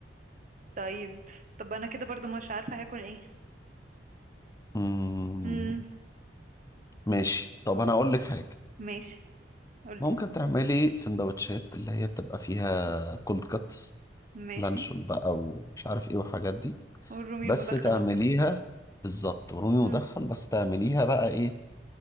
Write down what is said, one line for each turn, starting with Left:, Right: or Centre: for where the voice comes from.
Right: طيب طب انا كده برضو مش عارفة هاكل ايه
Left: مم.
Right: امم
Left: ماشي طب أنا أقول لك حاجة
Right: ماشي قولي
Left: ممكن تعملي سندوتشات اللي هي بتبقى فيها كولد كاتس
Right: ماشي
Left: لانشون بقى ومش عارف ايه وحاجات دي
Right: والرومي
Left: بس
Right: المدخن
Left: تعمليها
Right: وكده
Left: بالظبط ورومي
Right: امم
Left: مدخن بس تعمليها بقى ايه